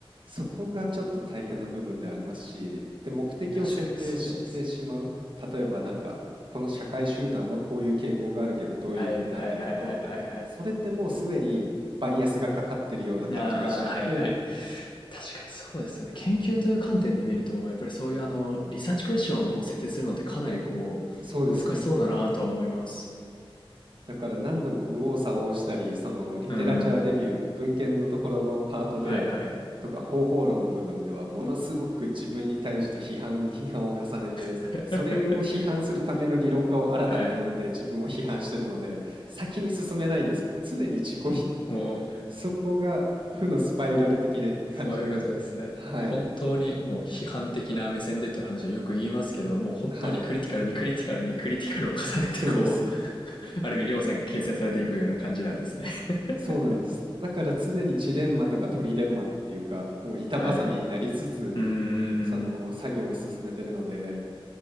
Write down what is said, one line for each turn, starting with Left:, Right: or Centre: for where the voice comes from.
Right: そこがちょっと大変な部分でありますしで目的を設定してしまう例えばなんかこの社会集団はこういう傾向があるけどどういうふうになってるんだろうってそれってもうすでにバイアスがかかってるような感じがしちゃって
Left: 確かにそうです。はいはいはいはいはいはい。ああ、はいはい。確かにそうですよね。研究という観点で見ると、やっぱりそういうあの、リサーチクエスチョンをこう設定するのってかなりこう、
Right: そうですね
Left: 難しそうだなとは思います。
Right: だから何度も右往左往したり、そのリテラチャーレビュー、
Left: うーん。
Right: 文献のところのパートで、
Left: はいはい。
Right: とか方法論の部分では、ものすごく自分に対して批判に批判を重ねて、
Left: <laughs>
Right: それを批判するための理論家を新たに読んで自分を批判してるので、
Left: はい。
Right: 先に進めないんですよ。常に自己否
Left: もう、
Right: そこが負のスパイラル的な感じで。
Left: そういうことですね。
Right: はい。
Left: 本当にもう批判的な目線でっていう話はよく言いますけど、もう本当にクリティカルにクリティカルにクリティカルを重ねてこう、
Right: はい。そうです。
Left: <laughs> ある意味りょうさんが形成されていくような感じなんですね。<laughs>
Right: そうなんです。だから常にジレンマとかトリレンマっていうか、もう板挟みになりつつ、
Left: はい。うーん。
Right: その作業を進めてるので、